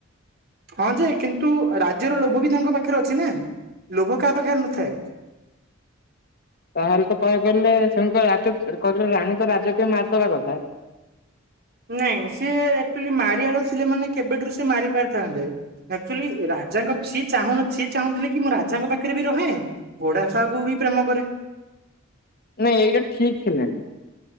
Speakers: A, on the right (about 50°); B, on the left (about 45°).
A: ହଁ ଯେ କିନ୍ତୁ ରାଜ୍ୟର ଲୋଭ ବି ତାଙ୍କ ପା ଖରେ ଅଛି ନା ଲୋଭ କାହା ପାଖରେ ନଥାଏ?
B: ତାହେଲେ ତ କହିବାକୁ ଗଲେ ସେମିତି ତ ରାତି <unintelligible> ରାଣୀ ତ ରାଜା କୁ ବି ମାରିଦବା କଥା।
A: ନାଇଁ ସିଏ ଆଚୁଆଲି ମାରିଆର ଥିଲେ ମାନେ କେବେଠାରୁ ସିଏ ମାରି ପାରିଥାନ୍ତେ ଆକ୍ଚୁଲି ରାଜାଙ୍କ ସିଏ ଚାହୁଁ ସିଏ ଚାହୁଁଥିଲେ କି ମୁଁ ରାଜାଙ୍କ ପାଖରେ ବି ରହେ ଘୋଡାସାଳକ କୁ ବି ପ୍ରେମ କରେ।
B: ନାଇଁ ଏଇଟା ଠିକ୍ ହେଲାନି।